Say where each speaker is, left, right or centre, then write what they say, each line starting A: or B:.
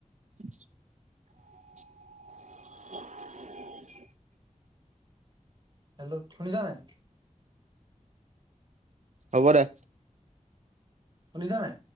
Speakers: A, on the right; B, on the right.
A: <unintelligible>
B: হেল্ল' শুনিছা নাই
A: হ'ব দে
B: শুনিছা নাই